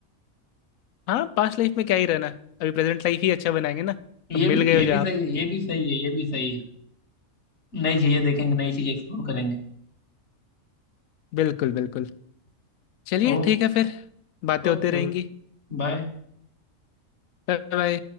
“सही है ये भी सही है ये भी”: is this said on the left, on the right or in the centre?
Left